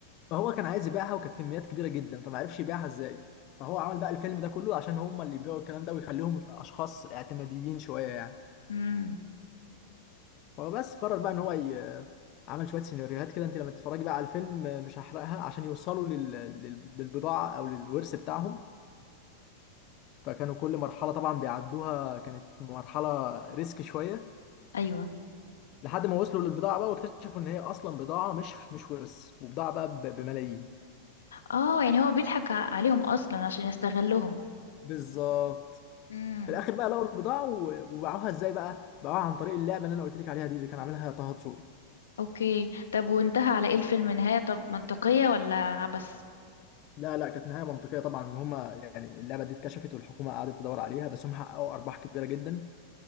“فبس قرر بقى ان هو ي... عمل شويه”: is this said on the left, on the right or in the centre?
Left